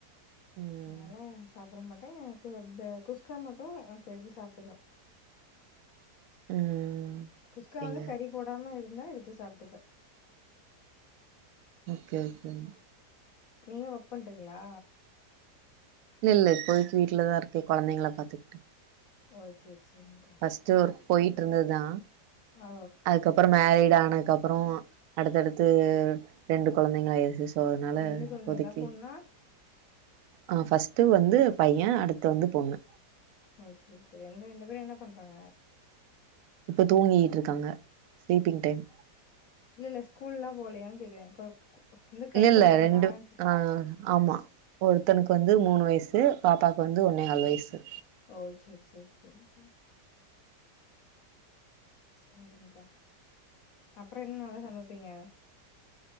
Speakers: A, on the right; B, on the left.
A: ம்
B: அதனால சாப்பட மாட்டே அப்போ இந்த குஸ்கா மட்டு செஞ்சி சாப்புட்டுக்குவ
A: ம்
B: குஸ்கா
A: ஓகேங்க
B: வந்து கறி போடாம இருந்தா எடுத்து சாப்ட்டுப்பே
A: ஓகே ஓகேங்க
B: நீங்க வர்க் பண்றீங்களா
A: இல்ல இல்ல இப்போதெக்கி வீட்லதா இருக்கே கொழந்தெங்கள பாத்துட்டு
B: ஓ செரி செரிங்கா
A: ஃபஸ்டு ஒர்க் போய்ட்டு இருந்ததுதா
B: ஓ
A: அதுக்கப் அப்பறோ மேரீட் ஆனதுக்கு அப்பறோ அடுத்தடுத்து ரெண்டு கொழந்தெங்க ஆய்ட் சோ அத்னால
B: ஒரு ரெண்டு கொழந்தைங்களா
A: இப்போதெக்கி
B: பொண்ணா
A: ஆ ஃபஸ்ட்டு வந்து பைய அடுத்து வந்து பொண்ணு
B: ஓ செரி செரி எங்க ரெண்டு பேரு என்ன பண்றாங்க
A: இப்போ தூங்கீட்டு இருக்காங்க ஸ்லீப்பிங் டைம்
B: இல்ல இல்ல ஸ்கூல்லா போலயான்னு கேக்குறே கொ கொ வந்து கை
A: இல்ல இல்ல
B: கொழந்தைங்களான்னு
A: ரெண்டுப்
B: கேட்டே
A: ஆ ஆமா ஒருத்தனுக்கு வந்து மூனு வய்சு பாப்பாக்கு வந்து ஒன்னேகால் வய்சு
B: ஓ செரி செரி செரி செரி செரிங்க கா அப்பறொ என்ன நல்லா சமப்பீங்க